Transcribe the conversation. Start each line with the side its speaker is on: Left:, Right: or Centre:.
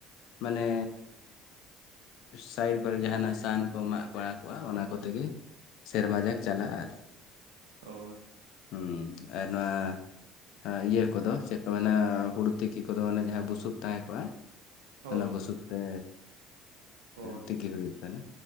Left: ᱢᱟᱱᱮ ᱥᱟᱭᱤᱰ ᱠᱚᱨᱮ ᱡᱟᱦᱟᱱᱟᱜ ᱥᱟᱦᱟᱱ ᱠᱚ ᱢᱟᱜ ᱵᱟᱲᱟ ᱠᱚᱜᱼᱟ ᱚᱱᱟ ᱠᱚᱛᱮ ᱜᱮ ᱥᱮᱨᱢᱟ ᱡᱟᱠ ᱪᱟᱞᱟᱜᱼᱟ᱾ ᱟᱨ
Right: ᱚ
Left: ᱦᱩᱸ ᱟᱨ ᱱᱚᱣᱟ ᱟ ᱤᱭᱟᱹ ᱠᱚᱫᱚ ᱪᱮᱜ ᱠᱚ ᱢᱮᱱᱟ ᱦᱩᱲᱩ ᱛᱤᱠᱤ ᱠᱚᱫᱚ ᱚᱱᱮ ᱡᱟᱦᱟᱸ ᱵᱩᱥᱩᱵ ᱛᱟᱦᱮᱸ ᱠᱚᱜᱼᱟ᱾
Right: ᱦᱳᱭ
Left: ᱚᱱᱟ ᱵᱩᱥᱩᱵ ᱛᱮ
Right: ᱦᱳᱭ
Left: ᱛᱤᱠᱤ ᱦᱩᱭᱩᱜ ᱠᱟᱱᱟ᱾